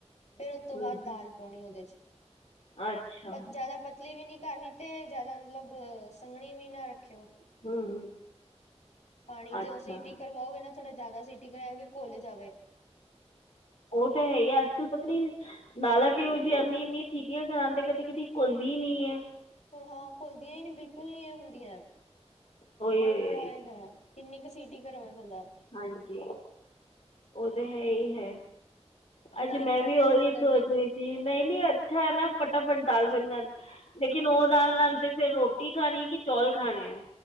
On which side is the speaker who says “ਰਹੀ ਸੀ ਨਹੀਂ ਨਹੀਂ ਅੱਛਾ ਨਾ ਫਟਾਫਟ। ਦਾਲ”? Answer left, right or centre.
Left